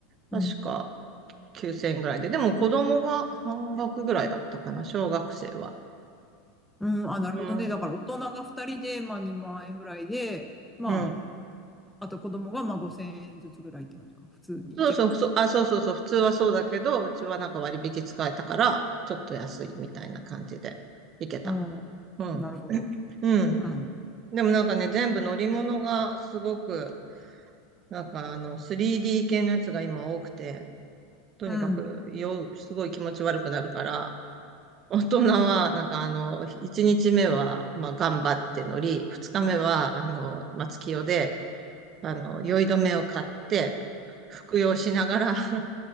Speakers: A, in the centre; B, on the right.
A: うん。
B: 確か9000ぐらいで。でも子供が半額ぐらいだったかな、小学生は。
A: うん。あ、なるほどね。
B: うん。
A: だから大人が2人で、まあ2万円ぐらいで、ま
B: うん。
A: あ、あと子供がまあ5千円ずつぐらいって感じか。普通に行けば。
B: そうそう、そう、あ、そうそうそう、普通はそうだけど、うちはなんか割引使えたから、ちょっと安いみたいな感じで行けた。
A: うん。
B: うん。
A: なるほど。
B: うん。
A: うん。
B: でもなんかね、全部乗り物がすごく、なんかあの、3D 系のやつが今多くて、とにかく、
A: うん。
B: よ、すごい気持ち悪くなるから、大人は、なんかあの、1日目は、まあ、頑張って乗り、2日目は、あの、松清で、あの、酔い止めを買って、服用しながら <laughs>